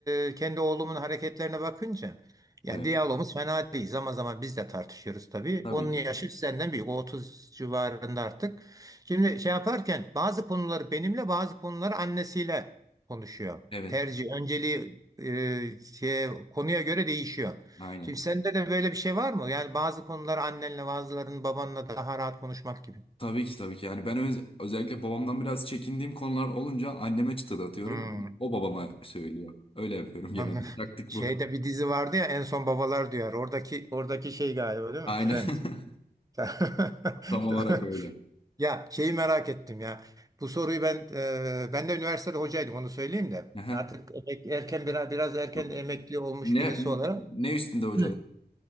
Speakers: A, on the right; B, on the left.
A: e, kendi oğlumun hareketlerine bakınca yani
B: Evet.
A: diyalogumuz fena değil. Zaman zaman biz de tartışıyoruz tabii.
B: Tabii
A: Onun
B: ki.
A: yaşı senden büyük. O 30 civarında artık. Şimdi şey yaparken bazı konuları benimle bazı konuları annesiyle konuşuyor.
B: Evet.
A: Tercih, önceliği e, şey, konuya göre değişiyor.
B: Aynen.
A: Şimdi sende de böyle bir şey var mı? Yani bazı konuları annenle bazılarının babanla daha rahat konuşmak gibi.
B: Tabii ki tabii ki. Yani ben öz- özellikle babamdan biraz çekindiğim konular olunca anneme çıtı da atıyorum.
A: Hmm.
B: O babama söylüyor. Öyle yapıyorum genelde.
A: Anladım.
B: Taktik
A: Şeyde
B: bu.
A: bir dizi vardı ya en son babalar duyar. Oradaki oradaki şey galiba değil
B: Aynen.
A: mi? Trend.
B: <laughs>
A: <laughs>
B: Tam olarak öyle. <laughs>
A: Ya şeyi merak ettim ya. Bu soruyu ben e, ben de üniversitede hocaydım onu söyleyeyim de.
B: Aha.
A: Artık emek- erken biraz, biraz erken
B: Yok.
A: emekli olmuş
B: Ne
A: birisi olarak.
B: ne üstünde hocalık?
A: Hı.